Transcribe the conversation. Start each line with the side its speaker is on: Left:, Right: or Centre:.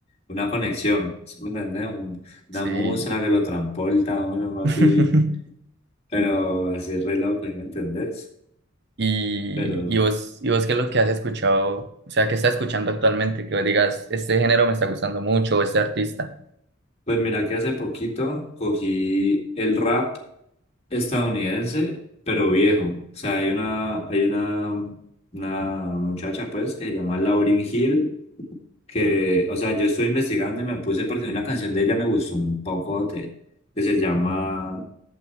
Left: una conexión, ¿sí me entiendes? Un- una
Right: sí.
Left: música que lo transporta a uno, papi,
Right: <laughs>
Left: pero así re loco, ¿sí ¿me entendés?
Right: Y,
Left: Pero,
Right: y vos, y vos, ¿qué es lo que has escuchado? O sea, ¿qué estás escuchando actualmente? Que vos digas, este género me está gustando mucho, o este artista.
Left: pues mira que hace poquito cogí el rap. estadounidense, pero viejo. O sea, hay una, hay una, una muchacha, pues, que se llama Lauryn Hill, que, o sea, yo estuve investigando y me puse porque una canción de ella me gustó un pocote, que se llama